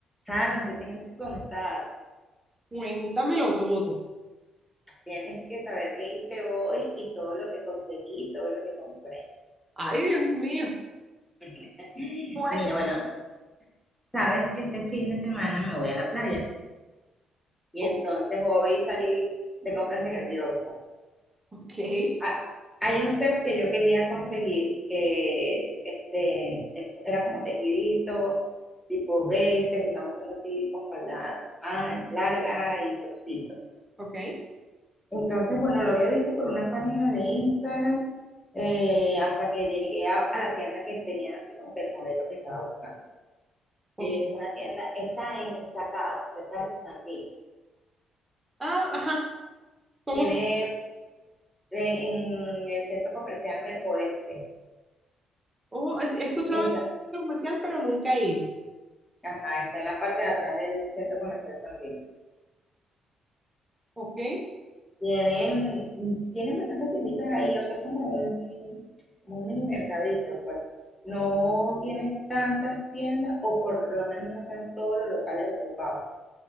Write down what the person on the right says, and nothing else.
Cuéntamelo todo.
Ay, Dios mío.
Pues,
o-
ok,
ok,
ok.
Ah, ajá. ¿Cómo
se-
oh, es- he escuchado
el centro comercial, pero nunca he ido.
Ok,